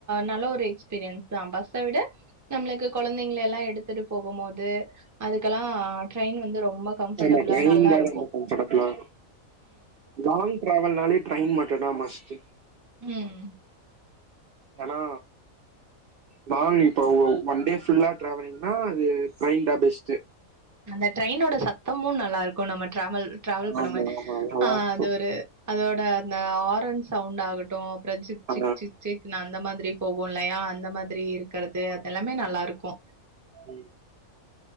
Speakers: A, on the right (about 20°); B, on the right (about 75°).
A: நல்ல ஒரு எக்ஸ்பீரியன்ஸ் தா பஸ்ஸ விட நம்மளுக்கு கொழந்தைங்கள எல்லா எடுத்துட்டு போம் போது அதுக்கெல்லா ட்ரெயின் வந்து ரொம்ப கம்ஃபர்ட்டாளா
B: ஆமா ட்ரெயின்
A: நல்லா
B: தா
A: இருக்கு
B: ரொம்ப கம்ஃபர்டபுளா லாங் டிராவல்னாலே ட்ரெயின் மட்டுதா மஸ்ட்டு
A: ம்
B: ஆனா நா இப்ப ஒன்டே ஃபுல்லா டிராவலிங்னா அது ட்ரெயின் தா பெஸ்ட்
A: அந்த ட்ரெயினோட சத்தமு நல்லா இருக்கு நம்ம ட்ராவல் ட்ராவல் பண்ணம
B: ஆமா ஆமா நல்லாருக்கு
A: ஆ அது ஒரு அதோட அந்த ஆரண் சவுண்ட் ஆகட்டு அப்றோ சிக்
B: ஆ
A: சிக் சிக் சிக் நா அந்த மாதிரி போகு இல்லையா அந்த மாதிரி இருக்கறது அதெல்லாமே நல்லா இருக்கு
B: ம்